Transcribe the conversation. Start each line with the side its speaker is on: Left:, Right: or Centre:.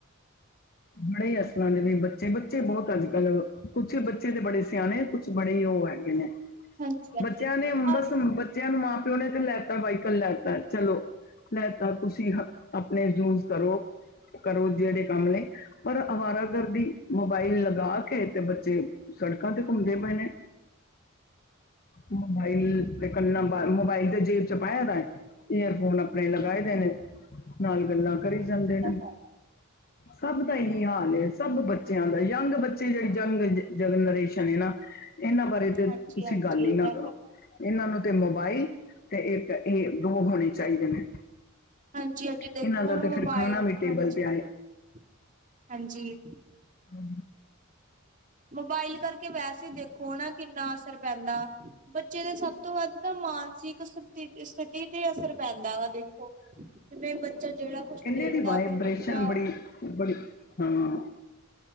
Left: ਬੜੇ ਅਸਲਾਂ ਦੇ ਨੇ ਬੱਚੇ, ਬੱਚੇ ਬਹੁਤ ਅੱਜ-ਕੱਲ ਕੁਛ ਬੱਚੇ ਤੇ ਬੜੇ ਸਿਆਣੇ ਬੜੇ ਉਹ ਹੈਗੇ ਨੇ,
Right: ਹਾਂਜੀ ਹਾਂਜੀ ਹਾਂਜੀ
Left: ਬੱਚਿਆਂ ਨੇ
Right: ਆਹ
Left: ਬਸ ਬੱਚਿਆਂ ਨੂੰ ਮਾਂ ਪਿਓ ਨੇ ਤੇ ਲੈਤਾ, ਵਾਈਕਲ ਲੈਤਾ ਚਲੋ ਲੈਤਾ ਤੁਸੀਂ <unintelligible> ਜੂਸ ਕਰੋ, ਕਰੋ ਜਿਹੜੇ ਕੰਮ ਨੇ, ਔਰ ਅਵਾਰਾ ਗਰਦੀ ਮੋਬਾਇਲ ਲਗਾ ਕੇ ਤੇ ਬੱਚੇ ਸੜਕਾਂ ਤੇ ਘੁੰਮਦੇ ਪਏ ਨੇ ਮੋਬਾਈਲ ਤੇ ਕੰਨਾ ਮੋਬਾਇਲ ਤੇ ਜੇਬ ਚ ਪਾਇਆ ਦਾ ਈਅਰਫੋਨ ਆਪਣੇ ਲਗਾਏ ਦੇ ਨੇ ਨਾਲ ਗੱਲਾਂ ਕਰੀ ਜਾਂਦੇ ਨੇ,
Right: ਤਾਂ ਹੈ
Left: ਸਭ ਦਾ ਇਹੀ ਹਾਲ ਐ। ਸਭ ਬੱਚਿਆਂ ਦਾ ਯੰਗ ਬੱਚੇ ਜਿਹੜੀ ਯੰਗ ਜਨਰੇਸ਼ਨ ਐ ਨਾ ਇਹਨਾਂ ਪਰ ਐਤੇ
Right: ਹਾਂਜੀ
Left: ਤੁਸੀਂ
Right: ਹਾਂਜੀ
Left: ਗੱਲ ਈ
Right: ਇਹ
Left: ਨਾ
Right: ਤਾਂ
Left: ਕਰੋ।
Right: ਹੈ
Left: ਇਹਨਾਂ ਨੂੰ ਤੇ ਮੋਬਾਈਲ ਤੇ ਇੱਕ ਇਹ ਦੋ ਹੋਣੇ ਚਾਹੀਦੇ ਨੇ,
Right: ਹਾਂਜੀ-ਹਾਂਜੀ ਦੇਖੋ
Left: ਇਹਨਾਂ ਦਾ
Right: ਹੁਣ
Left: ਤੇ
Right: ਮੋਬਾਇਲ,
Left: ਫਿਰ ਖਾਣਾ ਵੀ ਟੇਬਲ
Right: ਹਾਂਜੀ-ਹਾਂਜੀ।
Left: ਤੇ ਆਏ ਹੂੰ,
Right: ਮੋਬਾਇਲ ਕਰਕੇ ਵੈਸੇ ਈ ਦੇਖੋ ਹਨਾ ਕਿੰਨਾ ਅਸਰ ਪੈਂਦਾ ਬੱਚੇ ਦੀ ਸਭ ਤੋਂ ਵੱਧ ਤਾਂ ਮਾਨਸਿਕ ਸ ਸਥਿਤੀ ਤੇ ਅਸਰ ਪੈਂਦਾ ਵਾ ਦੇਖੋ
Left: <inaudible>
Right: ਜਿਵੇਂ ਬੱਚਾ ਜਿਹੜਾ ਕੁਛ
Left: ਕਹਿੰਦੇ
Right: ਦੇਖਦਾ
Left: ਇਹਦੀ ਵਾਈਬ੍ਰੇਸ਼ਨ
Right: ਫਿਰ ਬੱਚਾ
Left: ਬੜੀ, ਬੜੀ ਹਾਂ।